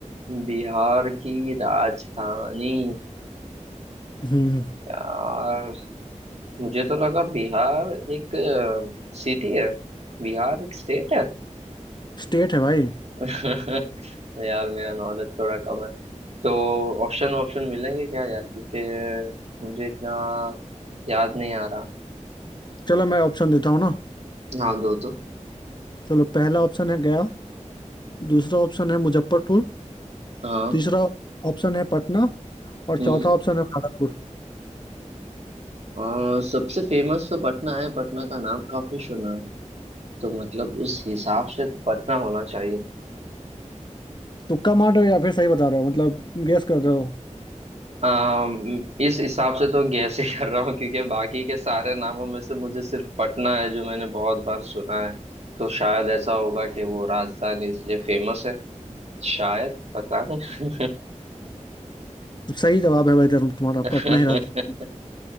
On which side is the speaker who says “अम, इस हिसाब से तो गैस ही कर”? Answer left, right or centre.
Right